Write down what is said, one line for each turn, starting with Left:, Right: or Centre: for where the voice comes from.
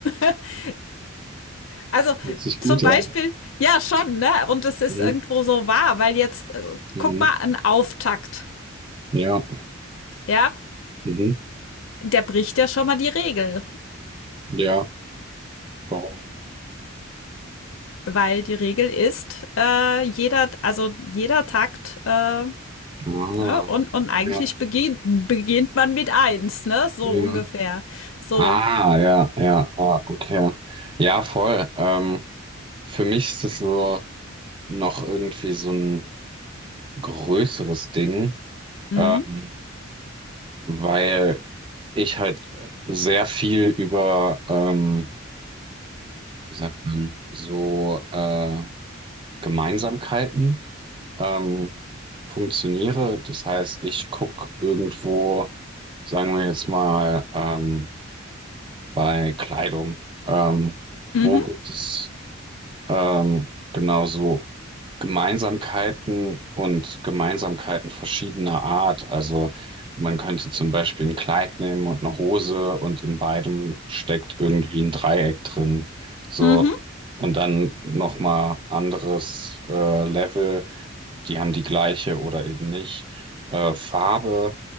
Left: <laughs> Also
Right: Hört sich gut
Left: zum Beispiel,
Right: an.
Left: ja schon, ne? Und es ist
Right: Mhm.
Left: irgendwo so wahr, weil jetzt, äh,
Right: Mhm.
Left: guck mal, ein Auftakt,
Right: Ja.
Left: ja,
Right: Mhm.
Left: der bricht ja schon mal die Regel,
Right: Ja. Warum?
Left: weil die Regel ist, äh, jeder, also jeder Takt, äh, ne?
Right: Ah.
Left: Und, und eigentlich
Right: Ja.
Left: beginnt, beginnt man mit eins, ne? So
Right: Ja.
Left: ungefähr. So.
Right: Ah, ja, ja, ah, okay. Ja, Ja, voll. Ähm, für mich ist das so noch irgendwie so ein größeres Ding,
Left: Mhm.
Right: ähm, weil ich halt sehr viel über, ähm, wie sagt man, so äh, Gemeinsamkeiten ähm, funktioniere. Das heißt, ich gucke irgendwo, sagen wir jetzt mal, ähm, bei Kleidung, ähm,
Left: Mhm.
Right: wo gibt es ähm, genau so Gemeinsamkeiten und Gemeinsamkeiten verschiedener Art. Also man könnte zum Beispiel ein Kleid nehmen und eine Hose und in beidem steckt irgendwie ein Dreieck drin. So
Left: Mhm.
Right: und dann noch mal anderes äh, Level. Die haben die gleiche oder eben nicht äh, Farbe